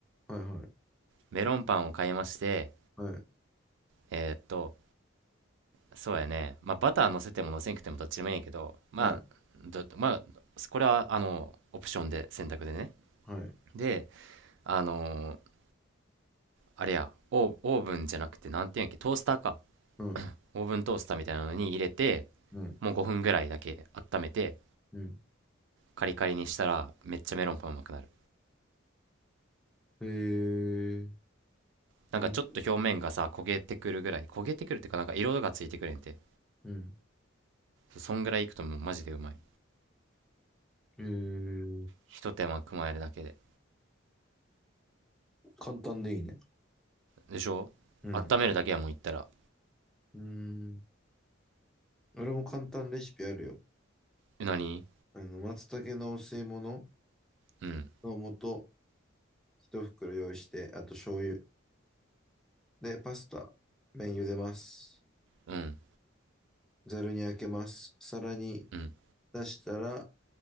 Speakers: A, in the centre; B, on the right.
A: はいはい。
B: メロンパンを買いまして
A: はい。
B: えーっとそうやねまあバター乗せても乗せんくてもどっちでもいいんやけどまあどまあこれはあのオプションで選択でね
A: はい。はい。
B: であのーあれやオーオーブンじゃなくてなんていうんやっけトースターか
A: うん。
B: オーブントースターみたいなのに入れて
A: うん。
B: もう5分ぐらいだけ温めて
A: うん。
B: カリカリにしたらめっちゃメロンパンうまくなる
A: へえ
B: なんかちょっと表面がさ焦げてくるぐらい焦げてくるっていうかなんか色がついてくれんて
A: ほんうん。
B: そんぐらいいくともうマジでうまい。
A: へえ
B: ひと手間加えるだけで。
A: 簡単でいいね。
B: でしょ温めるだけやもん言ったら。
A: うん。うん。俺も簡単レシピあるよ。
B: え、なに
A: あの、松茸のお吸い物
B: うん、
A: の素、一袋用意して、あと醤油。で、パスタ、麺茹でます。
B: うん、
A: ざるにあけます。皿に
B: うん、
A: 出したら、